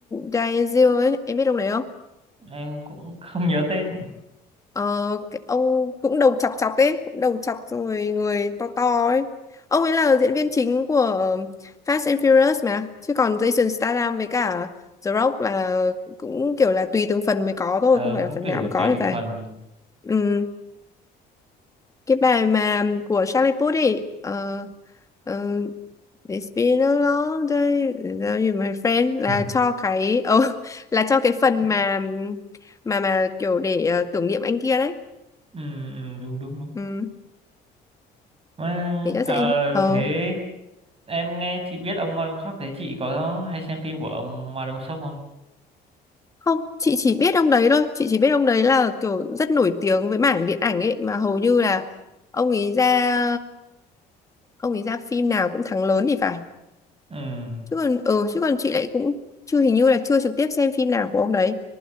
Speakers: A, on the left; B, on the right.
A: Diesel ấy em biết ông đấy không
B: em cũng không nhớ tên
A: Ờ, cái ông cũng đầu chọc chọc ấy, cũng đầu chọc xong rồi người to to ấy. Ông ấy là diễn viên chính của Fast and Furious mà, chứ còn Jason Statham với cả The Rock là cũng kiểu là tùy từng phần mới có thôi,
B: ờ
A: không phải
B: cũng
A: là phần
B: tùy
A: nào cũng có
B: tùy
A: thì
B: từng
A: phải.
B: phần
A: Ừ, cái bài mà của Charlie Puth ấy, ờ, ờ, It's been a long day without you, my friend là
B: <laughs>
A: cho cái ờ, <laughs> là cho cái phần
B: ừ,
A: mà mà mà kiểu để ờ, tưởng niệm anh kia đấy.
B: ừ, đúng đúng đúng
A: Ừ.
B: mà
A: để cho
B: ờ,
A: sẽ ờ
B: thế em nghe chị biết ông Ma Đông Sóc thế chị có hay xem phim của ông Ma Đông Sóc không
A: không chị chỉ biết ông đấy thôi chị chỉ biết ông đấy là kiểu rất nổi tiếng với mảng điện ảnh ấy mà hầu như là ông ấy ra ông ấy ra phim nào cũng thắng lớn thì phải
B: ừ
A: chứ còn ờ chứ còn chị lại cũng chưa hình như là chưa trực tiếp xem phim nào của ông đấy